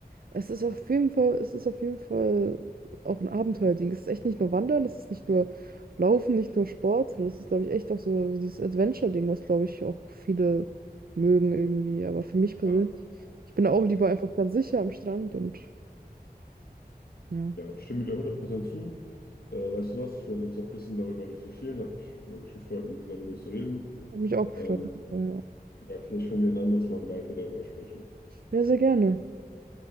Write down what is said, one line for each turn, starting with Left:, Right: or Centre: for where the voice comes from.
Right: Es ist auf jeden Fall, es ist auf jeden Fall auch ein Abenteuerding. Es ist echt nicht nur Wandern, es ist nicht nur Laufen, nicht nur Sport, sondern es ist, glaube ich, echt auch so dieses Adventure-Ding, was, glaube ich, auch viele mögen irgendwie. Aber für mich persönlich,
Left: Ja,
Right: ich bin da auch lieber einfach ganz sicher am Strand und ja,
Left: ja, ich stimme dir hundert Prozent zu. Äh, weißt du was? Ich werde jetzt auch ein bisschen darüber recherchieren. Hat mich wirklich gefreut, mit dir darüber zu reden.
Right: hat mich auch gefreut.
Left: Ähm,
Right: Ja, ja,
Left: ja, vielleicht können wir ein anderes Mal weiter darüber sprechen.
Right: Ja, sehr gerne.